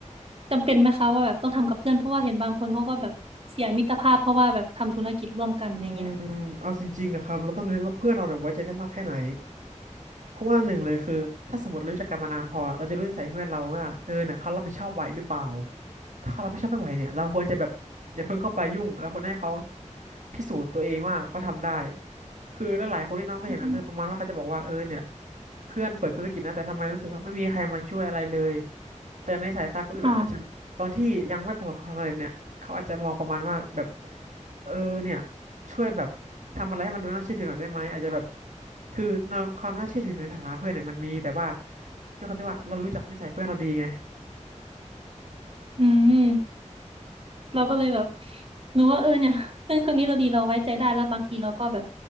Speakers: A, on the right (about 50°); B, on the right (about 75°).
A: จำเป็นไหมคะว่าแบบต้องทำกับเพื่อนเพราะว่าเห็นบางคนเขาก็แบบเสียมิตรภาพเพราะว่าแบบทำธุรกิจร่วมกันอะไรเงี้ย
B: อืมเอาจริงๆอะครับเราต้องดูด้วยว่าเพื่อนเราเนี่ยไว้ใจได้มากแค่ไหนเพราะว่าหนึ่งเลยคือถ้าสมมติรู้จักกันมานานพอเราจะรู้นิสัยเพื่อนเราว่าเออเนี่ยเขารับผิดชอบไหวหรือเปล่าถ้าเขารับผิดชอบไม่ไหวเนี่ยเราควรจะแบบอย่าเพิ่งเข้าไปยุ่งเราควรให้เขาพิสูจน์ตัวเองว่าเขาทำได้คือหลายๆคนที่น้องก็เห็นนะคือประมาณว่าเขาจะบอกว่าเออเนี่ย
A: อืม
B: เพื่อนเปิดธุรกิจนะแต่ทำไมรู้สึกว่าไม่มีใครมาช่วยอะไรเลยแต่ในสายตาคนอื่นอะอาจจะตอนที่ยังไม่ประสบความสำเร็จเนี่ยเขาอาจจะมองประมาณว่าแบบ
A: ค่ะ
B: เออเนี่ย ช่วยแบบทำอะไรให้มันดูน่าเชื่อถือหน่อยได้ไหมอาจจะแบบคือในความน่าเชื่อถือในฐานะเพื่อนเนี่ยมันมีแต่ว่าด้วยความที่ว่าเรารู้จักนิสัยเพื่อนเราดีไง
A: อืมเราก็เลยแบบหนูว่าเออเนี่ยเพื่อนคนนี้เราดีเราไว้ใจได้แล้วบางทีเราก็แบบ